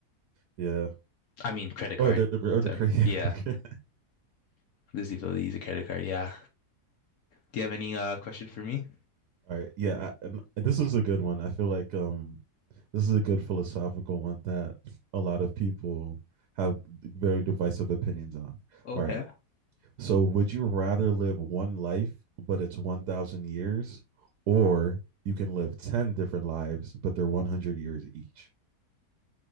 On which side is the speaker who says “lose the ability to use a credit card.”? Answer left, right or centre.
Left